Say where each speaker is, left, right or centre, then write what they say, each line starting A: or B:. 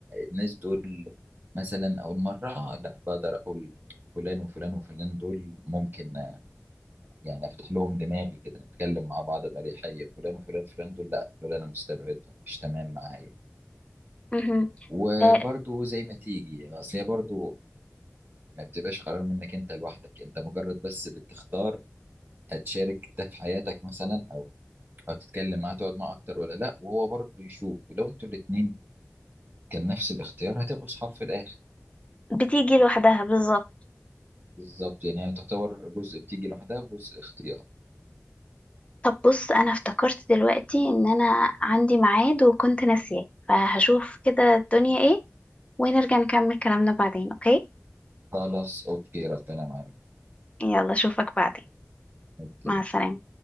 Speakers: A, on the right; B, on the left.
A: الناس دول مثلا اول مرة لا بقدر اقول فلان وفلان وفلان دول ممكن يعني افتح لهم دماغي كده نتكلم مع بعض باريحيه فلان وفلان فلان دول لا دول انا مستبعدهم مش تمام معايا
B: مهم.
A: وبرضو
B: آه،
A: زي ما تيجي اصل هي برضو ما بتبقاش قرار منك انت لوحدك انت مجرد بس بتختار هتشارك ده في حياتك مثلا او او تتكلم معاه تقعد معاه اكتر ولا لا وهو برضو يشوف ولو انتوا الاتنين كان نفس الاختيار هتبقوا اصحاب في الاخر
B: بتيجي لوحدها بالظبط
A: بالظبط يعني هي تعتبر جزء بتيجي لوحدها وجزء اختيار
B: طب بص انا افتكرت دلوقتي ان انا عندي ميعاد وكنت ناسياه فهشوف كده الدنيا ايه ونرجع نكمل كلامنا بعدين اوكي
A: خلاص اوكي ربنا معاك
B: يلا اشوفك بعدين
A: اوكي
B: مع السلامة